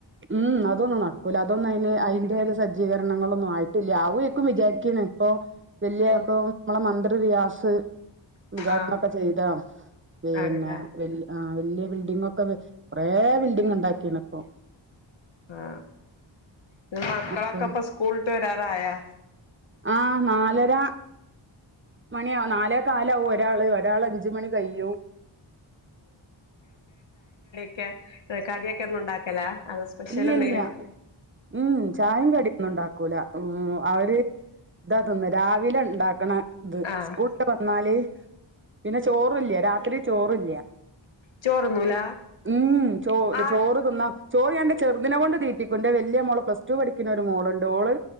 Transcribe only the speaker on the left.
ഉം
ആഹ്
ആണ്ല്ലേ
ആ ങ്ങളെ മക്കളൊക്കെപ്പൊ
സ്കൂളിട്ട് വരാറായാ
ക്കെ കടിയൊക്കെ എന്നും ഉണ്ടാക്കലാ അത് സ്പെഷ്യൽ
എന്തെങ്കിലൊക്കെ
ആഹ്
ചോറുന്നൂല
ആഹ്